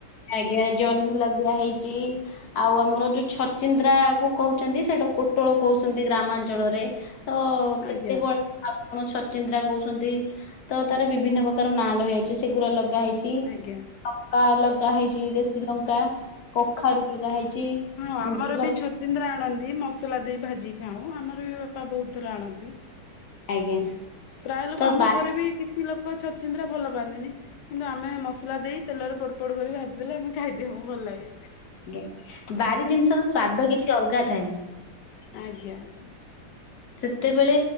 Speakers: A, on the left (about 55°); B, on the left (about 70°).
A: ଆଜ୍ଞା ଜହ୍ନି ଲଗିଆ ହେଇଚି ଆଉ ଆମର ଯୋଉ ଛଚିନ୍ଦ୍ରା କୁ କହୁଛନ୍ତି, ସେଇଟା କୋଟଳ କହୁଛନ୍ତି ଗ୍ରାମାଞ୍ଚଳରେ। ତ କେତେ
B: ଆଜ୍ଞା
A: କୁଆଡେ ଆପଣ ଛଚିନ୍ଦ୍ରା କହୁଛନ୍ତି। ତ ତାର ବିଭିନ୍ନ ପ୍ରକାର ନାଁ ରହିଯାଉଚି। ସେଗୁରା ଲଗାହେଇ ଚି।
B: ଆଜ୍ଞା।
A: <unintelligible> ଲଗା ହେଇଚି ଦେ ଲଙ୍କା, କଖାରୁ ଲଗା ହେଇଚି। ଏମିତି
B: ହଁ ଆମର
A: ଲ
B: ବି ଛଚିନ୍ଦ୍ରା ଆଣନ୍ତି ମସଲା ଦେଇ ଭାଜିକି ଖାଉ। ଆମର ବି ବାପା ବହୁତ ଥର ଆଣନ୍ତି।
A: ଆଜ୍ଞା।
B: ପ୍ରାୟ ଲୋକ
A: ତ
B: ଆମ
A: ବାରି
B: ଘରେ ବି କିଛି ଲୋକ ଛଚିନ୍ଦ୍ରା ଭଲ ପାଆନ୍ତିନି। କିନ୍ତୁ ଆମେ ମସଲା ଦେଇ ତେଲରେ ପୋଡ ପୋଡ କରି ଭାଜି ଦେଲେ ଆମେ ଖାଇ ଦେଉ ଭଲ ଲାଗେ।
A: ଆଜ୍ଞା। ବାରି ଜିନିଷର ସ୍ଵାଦ କିଛି ଅଲଗା ଥାଏ।
B: ଆଜ୍ଞା ଆଜ୍ଞା।
A: ସେତେବେଳେ